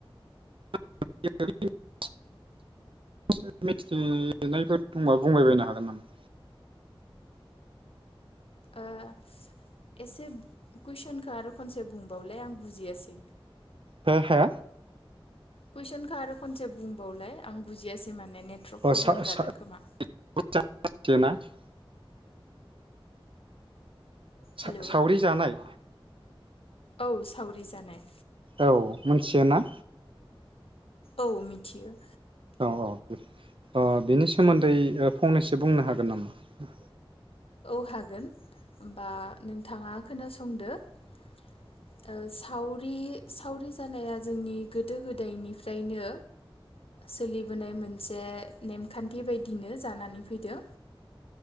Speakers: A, on the right; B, on the left.
A: <unintelligible> एसे मिथिनायफोर दंबा बुंबायबायनो हागोन नामा?
B: ओ‌‌ एसे कुइसनखो आरो खनसे बुंबावलाय आं बुजियासै।
A: हो हो।
B: कुइसनखौ आरो खनसे बुंबावलाय आं बुजियासै माने
A: <unintelligible>
B: नेटवर्क प्रब्लेम जादों खोमा
A: सा-सावरि
B: हेलौ
A: जानाय
B: औ सावरि जानाय।
A: औ मोनथियो ना?
B: औ मिथियो।
A: औ औ अ बेनि सोमोन्दै फंनैसो बुंनो हागोन नामा?
B: औ हागोन होनबा नोंथाङा खोनासंदो ओ सावरि सावरि जानाया जोंनि गोदो गोदायनिफ्रायनो सोलिबोनाय मोनसे नेमखान्थि बायदिनो जानानै फैदो।